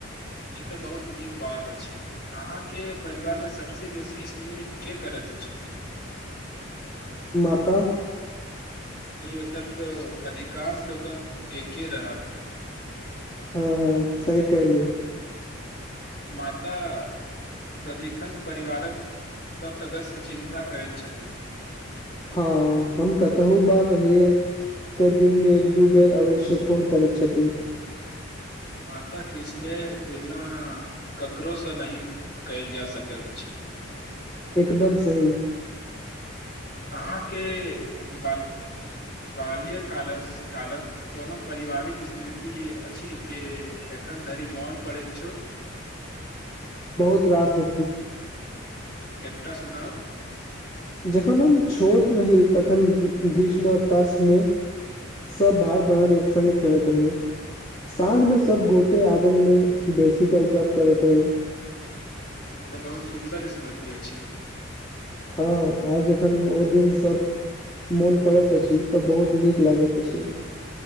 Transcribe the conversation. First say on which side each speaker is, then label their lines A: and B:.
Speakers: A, on the left (about 50°); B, on the left (about 25°).
A: ई तऽ बहुत नीक बात अछि अहाँके परिवारमे सभसे बेसी स्नेह के करैत छथिन
B: माता
A: नहि ओ तक तो अधिकांश लोकक एके रहत
B: ह ह सइ कहिलु
A: माता सदिखन परिवारक सभ सदस्य चिन्ता करैत छथि
B: हँ हम कतहु बार रहियै तऽ दिनमे एक दू बेर अवश्य फोन करैत छथिन
A: माँता के स्नेह तुलना ककरोसँ नहि कयल जा सकैत अछि
B: एकदम सही
A: अहाँके बाल बाल्य काल कालक कोनो पारिवारिक स्मृति अछि जे एखन धरि मौन पड़ैत छ
B: बहुत रास अ
A: एकटा सुनाउ
B: जखन हम छोट रही तखन ग्रीशमवकाशमे सभ भाय बहिन एक सङ्गे खेलैत रही साँझमे सभ गोटे आङगनमे बेसीेऽ गप्प करैत रही
A: ई तऽ बहुत सुन्दर स्मृति अछि
B: हँ आइ जखन ओ दिन सभ मोन पड़ैत अछि तऽ बहुत नीक लागैत अछि